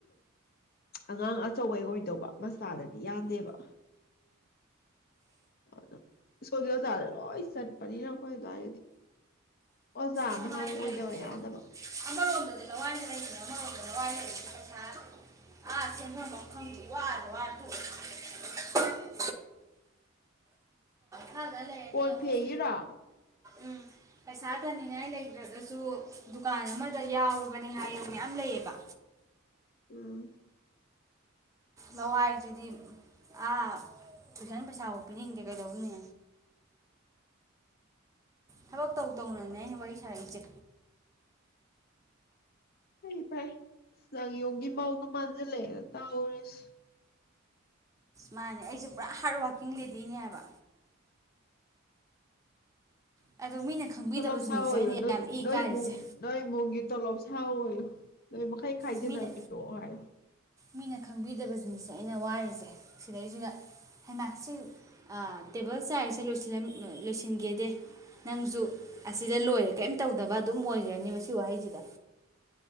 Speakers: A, on the left (about 50°); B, on the right (about 15°).
A: ꯑꯉꯥꯡ ꯑꯆꯧꯕꯩ ꯑꯣꯏꯗꯧꯕ ꯃꯆꯥꯗꯗꯤ ꯌꯥꯗꯦꯕ ꯑꯗ ꯁ꯭ꯀꯨꯜꯒꯤ ꯑꯣꯖꯥꯗ ꯂꯣꯏ ꯆꯠꯄꯅꯤꯅ ꯑꯩꯈꯣꯏ ꯑꯗꯨꯋꯥꯏꯗꯗꯤ ꯑꯣꯖꯥꯃꯥ
B: ꯂꯋꯥꯏꯗ
A: ꯍꯥꯟꯅ ꯑꯣꯏꯗꯕ
B: ꯂꯩꯕꯁꯦ
A: ꯌꯥꯗꯕ
B: ꯑꯃꯔꯣꯝꯗꯗꯤ ꯂꯋꯥꯏꯗ ꯂꯩꯕꯅꯦ ꯑꯃꯔꯣꯝꯗ ꯂꯋꯥꯏ ꯂꯩꯕꯁꯦ ꯄꯩꯁꯥ ꯑꯥ ꯁꯦꯟꯐꯝ ꯑꯃꯥ ꯈꯪꯗꯦ ꯋꯥꯗ ꯋꯥ ꯇꯣꯛꯑꯦ <inaudible> ꯐꯥꯜꯗ ꯂꯩꯔꯗꯤ
A: ꯀꯣꯟ
B: ꯑꯃꯨꯛ
A: ꯐꯦꯡꯉꯤꯔꯣ
B: ꯎꯝ ꯄꯩꯁꯥ ꯇꯥꯟꯅꯤꯡꯉꯥꯏ ꯂꯩꯈ꯭ꯔꯒꯁꯨ ꯗꯨꯀꯥꯟ ꯑꯃꯗ ꯌꯥꯎꯔꯕꯅꯤ ꯍꯥꯏꯌꯨ ꯃꯌꯥꯝ ꯂꯩꯌꯦꯕ
A: ꯎꯝ
B: ꯂꯋꯥꯏꯁꯤꯗꯤ ꯑꯥ ꯇꯨꯏꯁꯟ ꯄꯩꯁꯥꯐꯧ ꯄꯤꯅꯤꯡꯗꯦ ꯀꯩꯗꯧꯅꯤ ꯊꯕꯛ ꯇꯧ ꯇꯧꯅꯅꯦ ꯑꯩꯅ ꯋꯥꯔꯤ ꯁꯥꯔꯤꯁꯦ
A: ꯐꯩ ꯐꯩ ꯅꯪ ꯌꯨꯝꯒꯤ ꯃꯧꯗꯨꯝ ꯃꯥꯟꯖꯤꯜꯂꯛꯑꯦꯗ ꯇꯧꯔꯤꯁ
B: ꯃꯥꯅꯦ ꯑꯩꯁꯦ ꯄꯨꯔꯥ ꯍꯥꯔꯠ ꯋꯥꯔꯀꯤꯡ ꯂꯦꯗꯤꯅꯦꯕ ꯑꯗꯣ ꯃꯤꯅ ꯈꯪꯕꯤꯗꯕꯁꯤꯡꯁꯦ
A: ꯇꯣꯂꯣꯞ ꯁꯣꯋꯣꯌꯣ
B: ꯑꯩꯅ
A: ꯅꯣꯏ
B: ꯌꯥꯝ ꯏ
A: ꯅꯣꯏ
B: ꯀꯥꯔꯤꯁꯦ
A: ꯃꯨꯡ ꯅꯣꯏ ꯃꯨꯡꯒꯤ ꯇꯣꯂꯣꯞ ꯁꯥꯑꯣꯌꯨ ꯅꯣꯏ ꯃꯈꯩ ꯈꯥꯏꯖꯤꯟꯅꯔ
B: ꯃꯤꯅ
A: ꯄꯤꯔꯛꯑꯣ ꯍꯥꯏꯌꯣ
B: ꯃꯤꯅ ꯈꯪꯕꯤꯗꯕ ꯅꯤꯁꯁꯦ ꯑꯩꯅ ꯋꯥꯔꯤꯁꯦ ꯁꯤꯗꯩꯁꯤꯗ ꯍꯩꯃꯥ ꯁꯤ ꯑ ꯇꯦꯕꯜ ꯆꯥꯏꯔꯤꯁꯦ ꯂꯣꯏꯁꯤꯜꯂꯝ ꯂꯣꯏꯁꯤꯟꯒꯦꯗ ꯅꯪꯁꯨ ꯑꯁꯤꯗ ꯂꯣꯏꯔꯦ ꯀꯔꯤꯝ ꯇꯧꯗꯕ ꯑꯗꯨꯝ ꯑꯣꯏꯈ꯭ꯔꯅꯦꯕ ꯁꯤ ꯋꯥꯍꯩꯁꯤꯗ